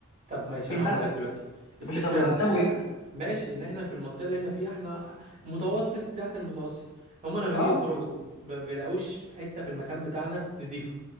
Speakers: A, on the right; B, on the left.
A: طب ماشي
B: في
A: انا
B: فرق
A: هقول لك دلوقتي الفكره
B: يا باشا ده مرتبه
A: ان
B: يفرق
A: ماشي ان احنا في المنطقه اللي احنا فيها احنا متوسط تحت المتوسط هما لما بيجوا
B: اه
A: يخرجوا ب- ما بيلاقوش في حته في المكان بتاعنا نضيفه